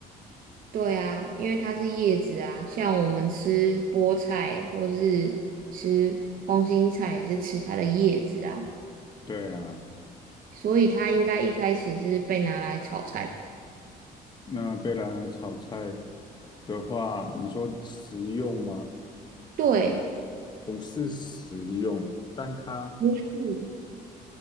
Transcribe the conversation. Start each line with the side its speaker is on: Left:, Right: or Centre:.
Right: 对啊，因为它是叶子啊，像我们吃菠菜或是吃空心菜也是吃它的叶子啊，
Left: 对啊，
Right: 所以它应该一开始是被拿来炒菜吧？
Left: 那被拿来炒菜的话，你说食用吗？
Right: 对，
Left: 不是食用，但它
Right: 不是。